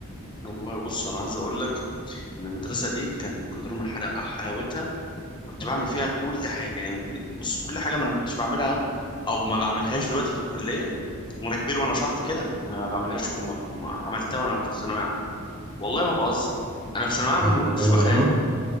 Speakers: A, on the left; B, on the right.
A: والله بص انا عايز اقول لك ان المدرسة دي كانت من كتر ما حلا- حلاوتها كنت بعمل فيها كل حاجة يعني كل بص كل حاجة انا ما كنتش بعملها او ما بعملهاش دلوقتي في الكلية وانا كبير وانا شحط كده ما بعملهاش وما وما عملتها وانا كنت في ثانوية عامة والله ما بهزر انا في ثانوية عامة
B: عملتها
A: ما كنتش
B: في ثانوية
A: بخاف
B: عامة؟